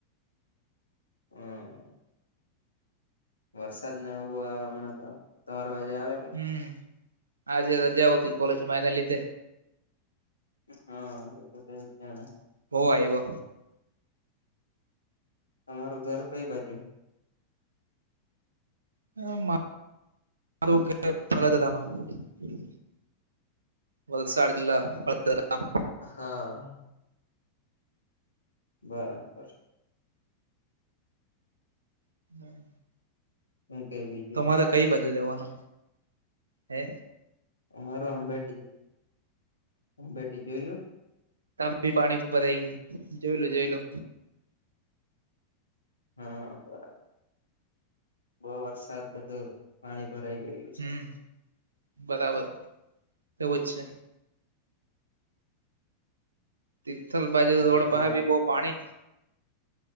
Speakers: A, on the left; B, on the right.
A: હ વરસાદ ના બો આવે અમણા તો તમાર વાજે આવે કે
B: હમ આજે રજા ઉતી કોલેજ મા એના લીધે.
A: હા એ તો તું જ જાણે.
B: હો આયવો.
A: તમારું ઘર કઈ બાજુ?
B: <unintelligible> વલસાડ જિલ્લા હળદરા ગામ.
A: હા. બરાબર.
B: <inaudible>
A: હું કેય બીજ?
B: તો મારે કઈ બાજુ રેવાનું હે?
A: અમાર અંબેટી અંબેટી જોઈલું.
B: તા બી પાણી ભરાઈ ગયેયું જોયેલુ જોયેલુ.
A: હા બરાબર. બઉ વરસાદ હતુ પાણી ભરાઈ ગયેલું. છે
B: હમ બરાબર એવું જ છે. તિથલ બાજુ
A: આજે
B: રોડ
A: તો
B: પાહે બી બહુ પાણી.